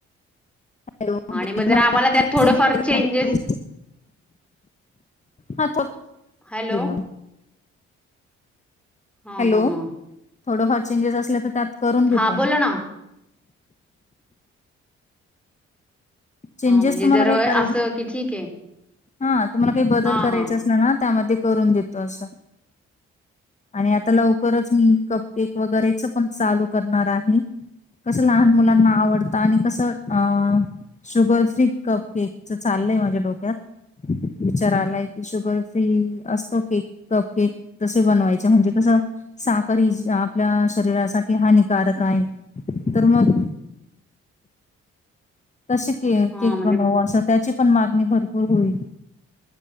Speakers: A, on the left; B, in the centre.
A: हॅलो मी
B: आणि मग
A: तुम्हाला
B: जर आम्हाला त्यात थोडंफार
A: केल्यानंतर
B: चेंजेस
A: तुम्ही हा
B: हॅलो?
A: <unintelligible>
B: हां,
A: हॅलो?
B: हां, हां.
A: थोडंफार चेंजेस असल्या तर त्यात करून देतो
B: हां बोला
A: ना. चेंजेस
B: हां म्हणजे
A: तुम्हाला
B: जर
A: काही करायचे
B: असं की ठीक आहे.
A: हा, तुम्हाला काही बदल
B: हां,
A: करायचा
B: हां.
A: अस ला ना, त्यामध्ये करून देतो असं. आणि आता लवकरच मी कप केक वगैरेच पण चालू करणार आहे. कसं लहान मुलांना आवडत आणि कसं अ शुगर फ्री कप केकच चाललय माझ्या डोक्यात. विचारा आलाय की, शुगर फ्री असतो केक कप केक तसे बनवायचे म्हणजे तसं साखर ही आपल्या शरीरासाठी हानिकारक आहे, तर मग तसे के
B: हां
A: केक
B: म्हणजे
A: बनवाव अशी त्याची पण मागणी भरपूर होईल.